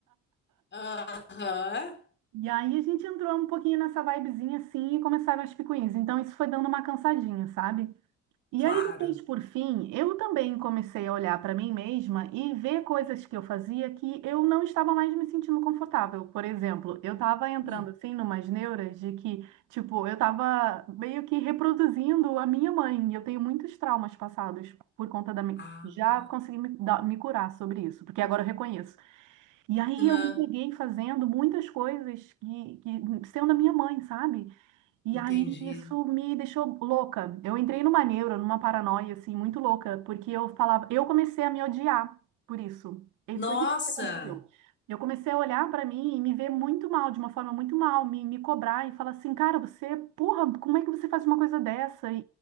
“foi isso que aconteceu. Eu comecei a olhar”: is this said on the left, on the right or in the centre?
Right